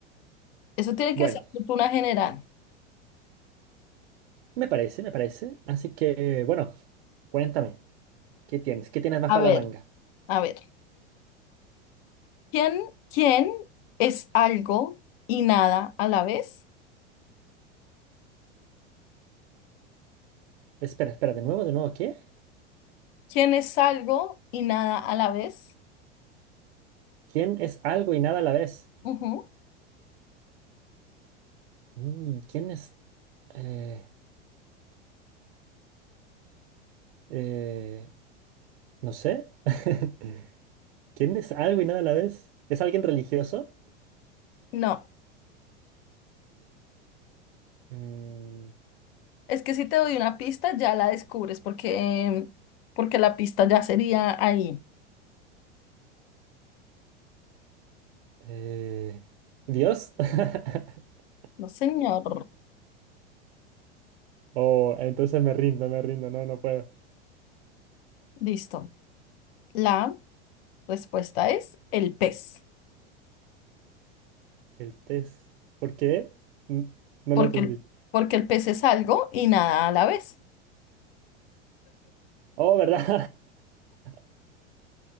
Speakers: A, on the left; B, on the right.
A: Eso tiene
B: bueno,
A: que ser cultura general.
B: me parece, me parece. Así que, bueno, cuéntame, ¿qué tienes? ¿Qué tienes bajo
A: A ver,
B: la manga?
A: a ver. ¿Quién, quién es algo y nada a la vez?
B: Espera, espera, de nuevo, de nuevo, ¿qué?
A: ¿Quién es algo y nada a la vez?
B: ¿Quién es algo y nada a la vez?
A: Ujú.
B: Mm, ¿quién es Eh, eh, no sé. <laughs> ¿Quién es algo y nada a la vez? ¿Es alguien religioso?
A: No.
B: Mm,
A: Es que si te doy una pista, ya la descubres porque, porque la pista ya sería ahí.
B: eh, ¿Dios? <laughs>
A: No, señor.
B: Oh, entonces me rindo, me rindo. No, no puedo.
A: Listo. La respuesta es el pez,
B: El pez. ¿Por qué? N- No
A: porque
B: lo entendí.
A: el, porque el pez es algo y nada a la vez.
B: Oh, ¿verdad? <laughs>